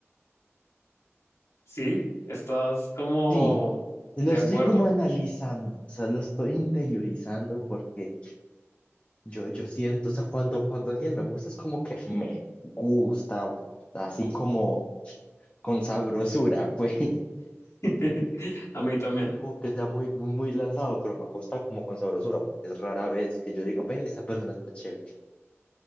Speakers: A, on the left (about 85°); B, on the left (about 30°).
A: ¿Sí? ¿Estás como
B: Sí, lo
A: de
B: estoy
A: acuerdo?
B: como analizando, o sea, lo estoy interiorizando porque yo, yo siento, o sea, cuando, cuando alguien me gusta es como que me gusta, así como con sabrosura, <laughs> pues.
A: <laughs> A mí también.
B: No es como que sea muy, muy, muy lanzado, pero me gusta como con sabrosura, porque es rara vez que yo digo, ve, esa persona está chévere.